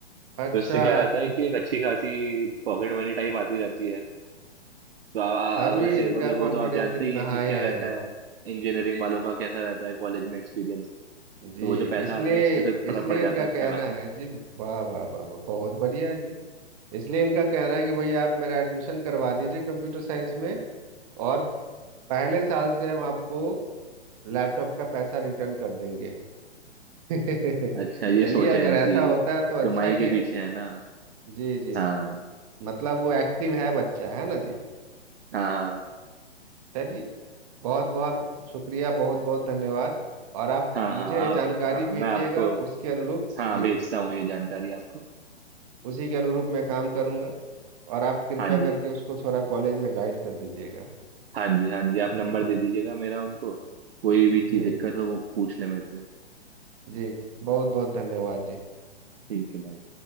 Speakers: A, on the right; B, on the right.
A: अच्छा
B: तो इससे क्या रहता है कि एक अच्छी खासी पॉकेट मनी टाइप आती रहती है तो आ,
A: तभी
B: आ, वैसे
A: इनका
B: मतलब वो
A: कॉन्फिडेंस
B: तो आप जानते
A: इतना
B: ही हैं कि
A: हाई
B: क्या
A: है
B: रहता है इंजीनियरिंग वालों का कैसा रहता है कॉलेज में एक्सपीरियंस
A: जी
B: तो वो जो पैसा
A: इसलिए
B: आता है उससे फिर फर्क
A: इसलिए
B: पड़
A: इनका
B: जाता है
A: कहना
B: अच्छा खासा
A: है जी वाह वाह वाह वाह बहुत बढ़िया है जी इसलिए इनका कहना है कि भैया आप मेरा एडमिशन करवा दीजिए कंप्यूटर साइंस में और पहले साल से हम आपको लैपटॉप का पैसा रिटर्न कर देंगे <laughs>
B: अच्छा ये
A: चलिए
B: सोच
A: अगर
B: है इनकी
A: ऐसा होता है तो अच्छा
B: कमाई
A: ही
B: के
A: है
B: पीछे है ना
A: जी जी
B: हाँ
A: मतलब वो एक्टिव है बच्चा है ना जी
B: हाँ हाँ
A: चलिए बहुत बहुत शुक्रिया बहुत बहुत धन्यवाद और आप
B: हाँ
A: मुझे
B: हाँ आप
A: जानकारी
B: हाँ मैं
A: भेजिएगा
B: आपको
A: उसके अनुरूप
B: हाँ
A: जी
B: बेचता हूँ ये जानकारी आपको
A: उसी के अनुरूप मैं काम करूंगा और आप कृपया
B: हाँ जी
A: करके उसको थोड़ा कॉलेज में गाइड कर दीजिएगा
B: हाँ जी हाँ जी आप नंबर दे दीजिएगा मेरा उनको कोई भी
A: जी
B: चीज दिक्कत हो वो पूछ ले मेरे से
A: जी बहुत बहुत धन्यवाद जी
B: ठीक है भाई